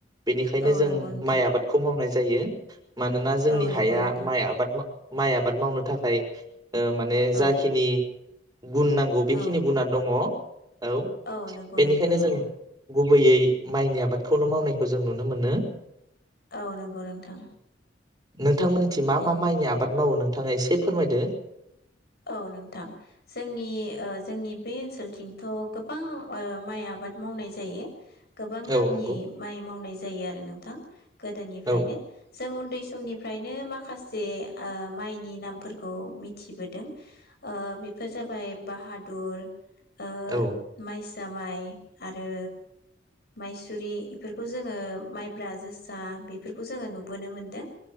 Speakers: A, on the right (about 20°); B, on the left (about 60°).
A: बेनिखायनो
B: औ
A: जों
B: नंगौ नोंथां
A: माइ आबादखौ मावनाय जायो। मानोना जोंनि
B: औ नंगौ
A: हाया
B: नोंथां
A: माइ आबाद माइ आबाद मावनो थाखाय माने
B: औ
A: जाखिनि गुन नांगौ बेखिनि
B: औ
A: गुना दङ औ
B: औ नंगौ
A: बेनिखायनो
B: नोंथां औ
A: जों गुबैयै माइनि आबादखौनो मावनायखौ जों नुनो मोनो।
B: औ नंगौ नोंथां।
A: नों बिथांमोननिथिं मा
B: औ
A: मा माइनि आबाद मावो? नथाङा एसे फोरमायदो।
B: औ नोंथां जोंनि जोंनि बे ओनसोलथिंथ गोबां माइ आबाद मावनाय जायो। गोबां नामनि
A: औ नंगौ
B: माइ मावनाय जायो आरो नोंथां। गोदोनिफ्रायनो
A: औ
B: जों उन्दै समनिफ्रायनो माखासे माइनि नामफोरखौ मिथिबो बेफोर जाबाय बाहादुर ओ
A: औ
B: माइस दामाइ आरो मायसुरि बेफोरखौ जोङो माइब्रा जोसा बेफोरखौ जोङो नुबोनो मोनदों।